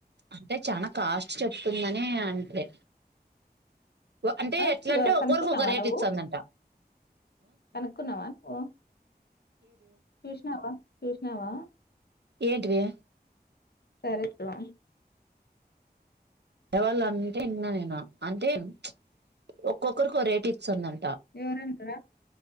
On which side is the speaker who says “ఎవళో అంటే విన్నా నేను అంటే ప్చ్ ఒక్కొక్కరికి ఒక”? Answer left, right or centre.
Right